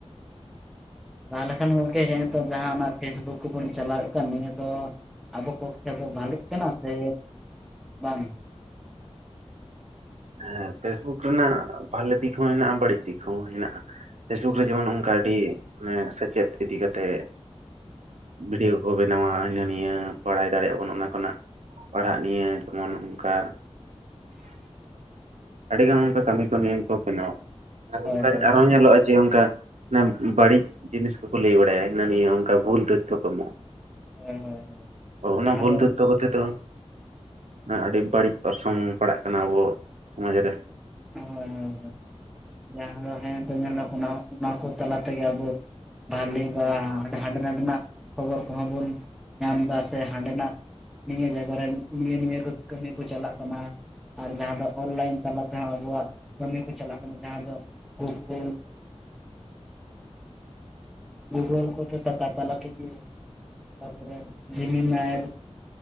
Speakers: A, in the centre; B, on the right.
A: ᱛᱟᱦᱚᱞᱮ ᱠᱷᱟᱱ ᱜᱚᱝᱠᱮ ᱡᱟᱦᱟ ᱱᱤᱛᱚᱜ ᱡᱟᱦᱟ ᱚᱱᱟ ᱯᱷᱮᱥᱵᱩᱠ ᱠᱚᱵᱚᱱ ᱪᱟᱞᱟᱣᱮᱜ ᱠᱟᱱ ᱱᱤᱭᱟᱹ ᱫᱚ ᱟᱵᱚ ᱯᱚᱠᱠᱷᱮ ᱫᱚ ᱵᱷᱟᱞᱮᱜ ᱠᱟᱱᱟ ᱥᱮ ᱵᱟᱝ?
B: ᱦᱮᱸ ᱯᱷᱮᱥᱵᱩᱠ ᱨᱮᱱᱟᱜ ᱵᱷᱟᱞᱮ ᱫᱤᱠ ᱦᱚᱸ ᱦᱮᱱᱟᱜ-ᱟ, ᱵᱟᱹᱲᱤᱡ ᱫᱤᱠ ᱦᱚᱸ ᱦᱮᱱᱟᱜ-ᱟ। ᱯᱷᱮᱥᱵᱩᱠ
A: ᱦᱮᱸ
B: ᱨᱮ ᱡᱮᱢᱚᱱ ᱚᱱᱠᱟ ᱟᱹᱰᱤ ᱢᱟᱱᱮ ᱢᱟᱱᱮ ᱥᱮᱪᱮᱫ ᱤᱫᱤ ᱠᱟᱛᱮᱜ ᱵᱷᱤᱰᱤᱭᱳ ᱠᱚᱠᱚ ᱵᱮᱱᱟᱣᱟ ᱦᱤᱱᱟᱹ ᱱᱤᱭᱟᱹ ᱵᱟᱲᱟᱭ ᱫᱟᱲᱮᱭᱟᱜ ᱟᱵᱚᱱ ᱚᱱᱟ ᱠᱷᱚᱱᱟᱜ। ᱯᱟᱲᱦᱟᱜ ᱱᱤᱭᱟᱹ ᱡᱮᱢᱚᱱ ᱚᱱᱠᱟ ᱟᱹᱰᱤᱜᱟᱱ ᱚᱱᱠᱟ ᱠᱟᱹᱢᱤ ᱠᱚ ᱱᱤᱭᱟᱹ ᱜᱮ ᱠᱚ ᱵᱮᱱᱟᱣᱟ ᱠᱚ ᱟᱨ
A: ᱦᱳᱭ
B: ᱚᱱᱠᱟ
A: ᱦᱳᱭ ᱦᱳᱭ
B: ᱟᱨᱦᱚᱸ ᱧᱮᱞᱚᱜᱼᱟ ᱡᱮ ᱚᱱᱠᱟ ᱢᱟᱱᱮ ᱵᱟᱲᱤᱡ ᱡᱤᱱᱤᱥ ᱠᱚᱠᱚ ᱞᱟᱹᱭ ᱵᱟᱲᱟᱭᱟ ᱦᱤᱱᱟᱹ ᱱᱤᱭᱟᱹ ᱚᱱᱠᱟ ᱵᱷᱩᱞ ᱛᱚᱛᱛᱷᱚ ᱠᱚ ᱮᱢᱚᱜᱼᱟ।
A: ᱦᱳᱭ ᱦᱳᱭ ᱦᱳᱭ
B: ᱚ ᱚᱱᱟ
A: ᱡᱟᱦᱟᱸ
B: ᱵᱷᱩᱞ
A: ᱫᱚ ᱦᱳᱭ
B: ᱛᱚᱛᱛᱷᱚ ᱠᱚᱛᱮ ᱫᱚ ᱟᱹᱰᱤ ᱵᱟᱹᱲᱤᱡ ᱚᱨᱥᱚᱝ ᱯᱟᱲᱟᱜ ᱠᱟᱱᱟ ᱟᱵᱚ ᱥᱚᱢᱟᱡᱽ ᱨᱮ।
A: ᱦᱳᱭ ᱦᱳᱭ ᱡᱟᱦᱟᱸ ᱫᱚ ᱦᱮᱸᱛᱚ ᱧᱮᱞᱚᱜ ᱠᱟᱱᱟ ᱚᱱᱟ ᱠᱚ ᱛᱟᱞᱟ ᱛᱮᱜᱮ ᱟᱵᱚ ᱵᱷᱟᱞᱤ ᱵᱟ ᱦᱟᱸ ᱦᱟᱸᱰᱮ ᱱᱟᱰᱮᱱᱟᱜ ᱠᱷᱚᱵᱚᱨ ᱠᱚᱦᱚᱸ ᱵᱚᱱ ᱧᱟᱢ ᱮᱫᱟ ᱥᱮ ᱦᱟᱸᱰᱮᱱᱟᱜ ᱱᱤᱭᱟᱹ ᱡᱟᱭᱜᱟ ᱨᱮᱱ, ᱱᱤᱭᱟᱹ ᱱᱤᱭᱟᱹ ᱠᱚ ᱠᱟᱹᱢᱤ ᱠᱚ ᱪᱟᱞᱟᱜ ᱠᱟᱱᱟ। ᱟᱨ ᱡᱟᱦᱟᱸ ᱫᱚ ᱚᱱᱞᱟᱭᱤᱱ ᱛᱟᱞᱟ ᱛᱮᱦᱚᱸ ᱟᱵᱚᱣᱟᱜ ᱠᱟᱹᱢᱤ ᱠᱚ ᱪᱟᱞᱟᱜ ᱠᱟᱱᱟ, ᱡᱟᱦᱟᱸ ᱫᱚ ᱜᱩᱜᱩᱞ ᱜᱩᱜᱚᱞ ᱠᱚᱛᱮ ᱠᱟᱛᱷᱟ ᱛᱟᱞᱟ ᱛᱮᱜᱮ ᱛᱟᱯᱚᱨᱮ ᱞᱤᱢᱤᱱᱟᱭ।